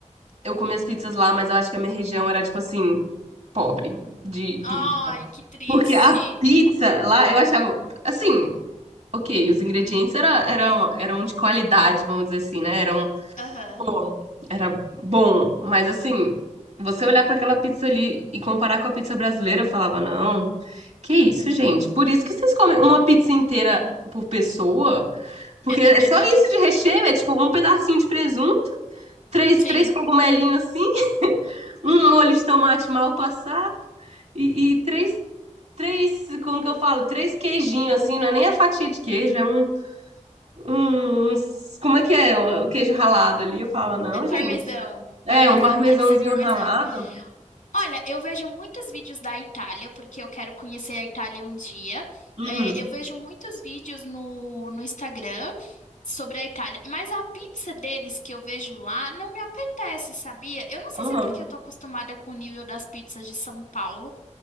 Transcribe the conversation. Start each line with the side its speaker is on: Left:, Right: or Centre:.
Right: eu comi as pizzas lá, mas eu acho que a minha região era, tipo assim, pobre de
Left: Ai,
Right: pizza
Left: que triste.
Right: Porque a pizza lá, eu achava, assim, ok, os ingredientes era, eram, eram de qualidade, vamos dizer assim, né? Eram,
Left: Aham.
Right: pô, era bom, mas assim, você olhar para aquela pizza ali e comparar com a pizza brasileira, eu falava, não, que isso, gente? Por isso que vocês comem uma pizza inteira por pessoa? Porque
Left: <laughs>
Right: é só isso de recheio, é tipo um pedacinho de presunto, três,
Left: Sim.
Right: três cogumelinhos assim, um
Left: Uhum.
Right: molho de tomate mal passado e, e três três, como que eu falo? Três queijinhos, assim, não é nem a fatia de queijo, é um, um, um- como é que é? O queijo ralado ali. Eu falo, não,
Left: É parmesão.
Right: gente. É,
Left: Parmesão,
Right: um parmesãozinho
Left: deve ser o parmesão.
Right: ralado.
Left: Olha, eu vejo muitos vídeos da Itália, porque eu quero conhecer a Itália um dia.
Right: Uhum,
Left: É, eu vejo muitos vídeos no, no Instagram sobre a Itália, mas a pizza deles que eu vejo lá não me apetece, sabia? Eu não sei
Right: uhum.
Left: se é porque eu tô acostumada com o nível das pizzas de São Paulo,